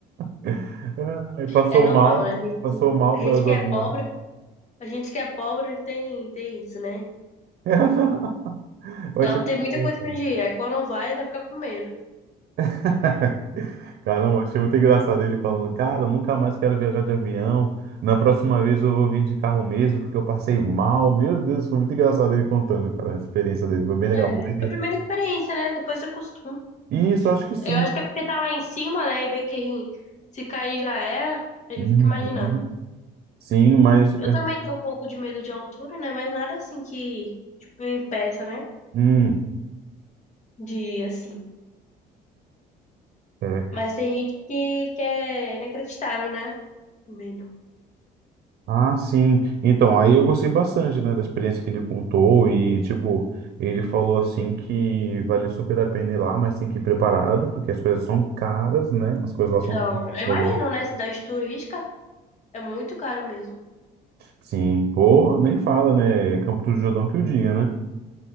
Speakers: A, on the right; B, on the left.
A: <laughs> Aí passou
B: É normal,
A: mal,
B: né?
A: passou mal
B: A
A: por
B: gente
A: causa
B: que
A: do avião.
B: é pobre, a gente que é pobre tem, tem isso, né?
A: <laughs> Eu
B: Então
A: achei muito
B: tem muita
A: engraçado.
B: coisa pra onde ir. Aí quando vai, até fica com medo.
A: <laughs> Caramba, achei muito engraçado ele falando, cara, eu nunca mais quero viajar de avião. Na próxima vez eu vou vir de carro mesmo, porque eu passei mal. Meu Deus, foi muito engraçado ele contando, cara, a experiência dele. Foi bem legal.
B: É,
A: Mas
B: é
A: ele-
B: a primeira experiência, né? Depois você acostuma.
A: Isso, acho que sim.
B: Eu acho que é porque tá lá em cima, né? E vê que se cair já era, a gente
A: Uhum.
B: fica imaginando.
A: Sim, mas. é,
B: Eu também tenho um pouco de medo de altura, né? Mas nada assim que, tipo, me impeça, né?
A: hum,
B: De, assim.
A: é.
B: Mas tem gente que, que é inacreditável, né? O Medo.
A: Ah, sim. Então, aí eu gostei bastante, né, da experiência que ele contou. E, tipo, ele falou assim que vale super a pena ir lá, mas tem que ir preparado, porque as coisas são caras, né? As coisas lá são
B: Então,
A: caras. ele
B: eu imagino,
A: falou.
B: né? Cidade turística é muito caro mesmo.
A: Sim, pô, nem fala, né? Campo do Jordão que o diga, né?